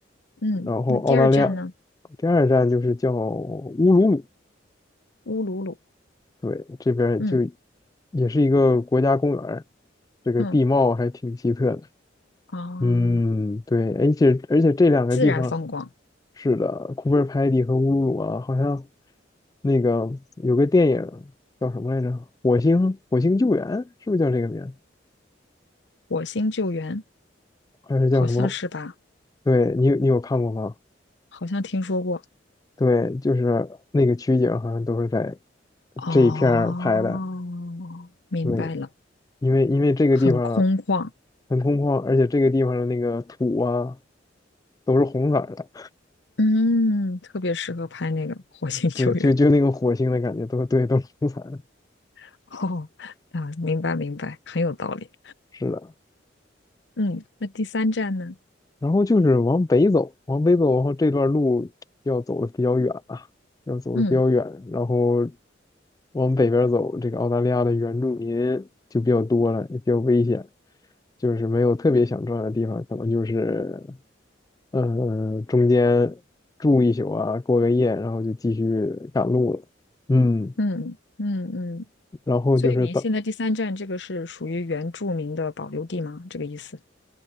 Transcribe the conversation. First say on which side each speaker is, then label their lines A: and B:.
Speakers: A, on the left; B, on the left.
A: 嗯，
B: 然后澳大利亚
A: 那第二站呢？
B: 第二站就是叫乌鲁鲁，
A: 乌鲁鲁。
B: 对，这边儿就
A: 嗯
B: 也是一个国家公园儿这个地貌还挺奇特的，
A: 嗯，啊，
B: 嗯，对，而且而且这两个地方。
A: 自然风光，
B: 是的，库贝尔派蒂和乌鲁鲁啊，好像那个有个电影叫什么来着？火星火星救援是不是叫这个名儿？
A: 火星救援，
B: 还是叫什么？
A: 好像是吧？
B: 对你有你有看过吗？
A: 好像听说过。
B: 对，就是那个取景好像都是在
A: 哦，
B: 这一片儿拍的。
A: 明白了，
B: 对，因为因为这个地方
A: 很空旷，
B: 很空旷，而且这个地方的那个土啊都是红色儿的。
A: 嗯，特别适合拍那个火星救援。
B: <laughs> 对，就就那个火星的感觉都对，都是红色儿的。
A: <laughs> 哦，啊，明白明白，很有道理。
B: 是的。
A: 嗯，那第三站呢？
B: 然后就是往北走，往北走，然后这段路要走的比较远啊，要走的比较远，
A: 嗯
B: 然后往北边走，这个澳大利亚的原住民就比较多了，也比较危险，就是没有特别想转的地方，可能就是，呃，中间住一宿啊，过个夜，然后就继续赶路了，嗯，
A: 嗯嗯嗯，
B: 然后就是到
A: 所以您现在第三站这个是属于原住民的保留地吗？这个意思？